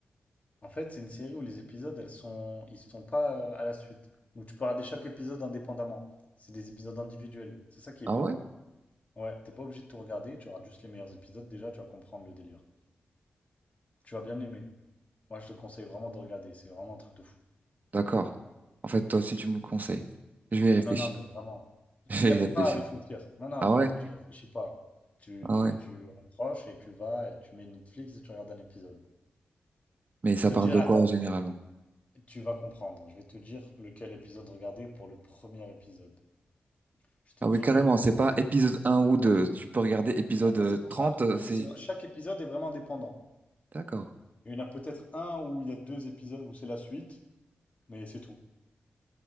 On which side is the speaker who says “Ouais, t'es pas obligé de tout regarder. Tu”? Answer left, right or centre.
Left